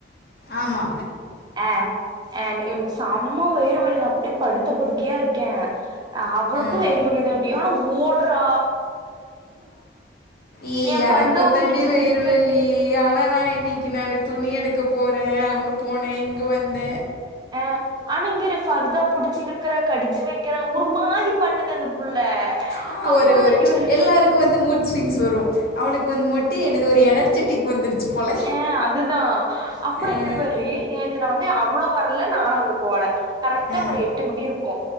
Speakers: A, on the left; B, on the right.
A: ஆமா
B: ஆஹ் அஹ் எனக்கு செம வெயிறு வலி நா அப்படியே படுத்த படுக்கியா இருக்கேன் அவளுக்கும்
A: ம்
B: வெயிறுவலி தாண்டி ஆனா ஓட்றா
A: இஎனக்குந்தாண்டி
B: என் ஃபர்தாவை பிடிச்சி
A: வெயிறுவெலி
B: இழுக்கு
A: ஆனா நா இன்னைக்கி நானு துணி எடுக்க போற அங்கே போன இங்கே வந்த
B: ஆஹ் ஆனா இங்க ஃபர்தா புடிச்சி இலுக்குற கடிச்சு வெக் குற ஒரு மாதிரி பண்ணுது அந்த புள்ள
A: ஆ,
B: அப்பறோ
A: ஒரு ஒரு
B: இங்க பாரு
A: எல்லாருக்கும் வந்து மூட் ஸ்விங்ஸ் வரும் அவளுக்கு வந்து மொட்டி எனக்கு ஒரு எனர்ஜெட்டிக் வந்துருச்சு போல
B: ஆஹ் அதுதா அப்றோ
A: அஹ்,
B: இங்க பார்ரி நேத்து நா வந்து அவ்ளோ வொர்க் குல்ல நானு அங்க போல கரெக்டா
A: அஹ்,
B: ஒரு எட்டு மணி இருக்கு